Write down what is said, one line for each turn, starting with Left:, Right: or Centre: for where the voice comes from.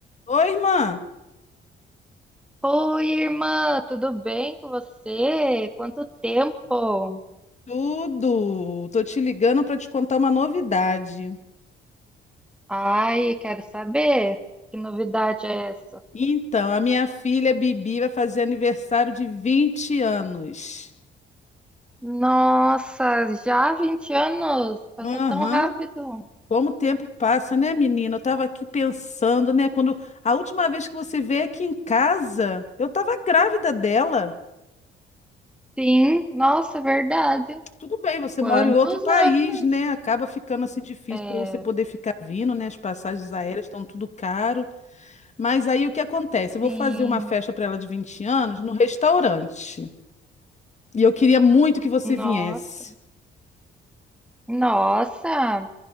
Left: Oi, irmã.
Centre: Oi, irmã, tudo bem com você? Quanto tempo?
Left: Tudo. Tô te ligando para te contar uma novidade.
Centre: Ai, quero saber que novidade é essa?
Left: Então, a minha filha Bibi vai fazer aniversário de 20 anos.
Centre: Nossa, já 20 anos? Passa
Left: Aham.
Centre: tão rápido.
Left: Como o tempo passa, né, menina? Eu tava aqui pensando, né, quando a última vez que você veio aqui em casa, eu tava grávida dela.
Centre: Sim, nossa, verdade.
Left: Tudo bem, você
Centre: Quantos
Left: mora em outro país,
Centre: anos?
Left: né? Acaba ficando assim difícil
Centre: É,
Left: para você poder ficar vindo, né? As passagens aéreas estão tudo caro. Mas aí o que acontece? Eu
Centre: sim,
Left: vou fazer uma festa para ela de 20 anos no restaurante. E eu queria muito que você
Centre: nossa.
Left: viesse.
Centre: Nossa,